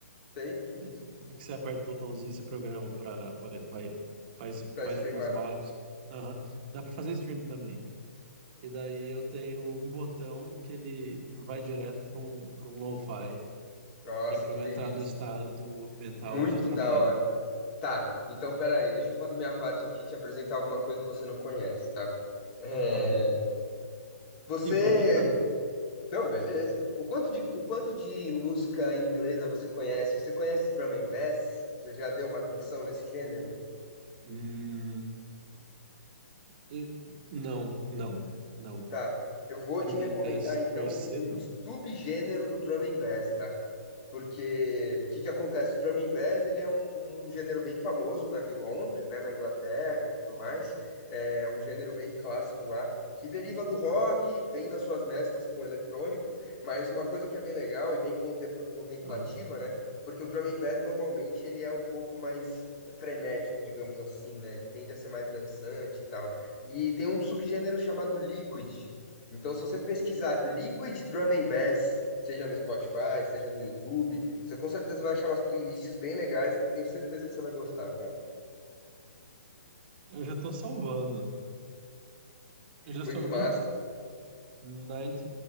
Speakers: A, on the left; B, on the right.
A: Tem?
B: É, que você aperta o botãozinho, você programa para. Vai, faz,
A: Pra
B: faz
A: streamar.
B: algumas magos. Aham. Dá para fazer stream também. E daí eu tenho um botão que ele vai direto para um, para um lo-fi,
A: Nossa,
B: que é para
A: que
B: eu
A: delícia.
B: entrar no estado mental
A: Muito
B: de trabalho.
A: da hora. Tá, então peraí, deixa eu fazer minha parte aqui e te apresentar alguma coisa que você não conhece, tá? É,
B: Aham.
A: você
B: E eu vou anotando.
A: Não, beleza. O quanto de, o quanto de música inglesa você conhece? Você conhece drum and bass? Você já deu uma atenção nesse gênero?
B: Hum, eh, não, não, não.
A: Tá. Eu vou
B: Drum
A: te recomendar,
B: and Bass
A: então,
B: per se,
A: um
B: não.
A: subgênero do drum and bass, tá? Porque o que que acontece? O Drum and Bass ele é um, um gênero bem famoso na- em Londres, né, na Inglaterra e tudo mais. É um gênero bem clássico lá, que deriva do rock, vem das suas mesclas com o eletrônico, mas uma coisa que é bem legal e bem contem- contemplativa,
B: Aham.
A: né? Porque o Drum and Bass normalmente ele é um pouco mais frenético, digamos assim, né? Ele tende a ser mais dançante e tal. E tem um subgênero chamado liquid, então, se você pesquisar Liquid Drum and Bass, seja no Spotify, seja no YouTube, você com certeza vai achar umas playlists bem legais que eu tenho certeza que você vai gostar, cara.
B: Eu já estou salvando. Eu já
A: Muito
B: salvei
A: massa.
B: 90